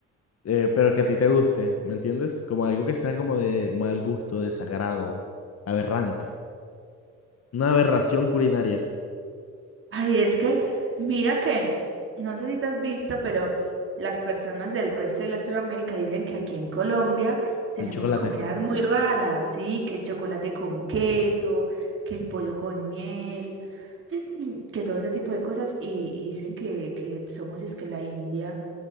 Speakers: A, on the left (about 55°); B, on the right (about 45°).
A: eh, pero que a ti te guste, ¿me entiendes? Como algo que sea como de mal gusto, desagrado, aberrante. Una aberración culinaria,
B: Ay, es que, mira que, no sé si te has visto, pero las personas del resto de Latinoamérica dicen que aquí en Colombia tenemos
A: el chocolate.
B: comidas muy raras, sí, que el chocolate con queso, que el pollo con miel, <clears throat> que todo ese tipo de cosas, y, y dicen que, que somos es que la India.